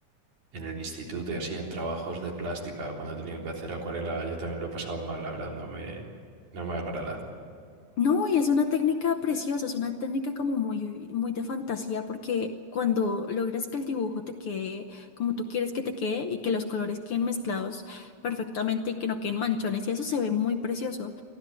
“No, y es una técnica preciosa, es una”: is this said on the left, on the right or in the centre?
Left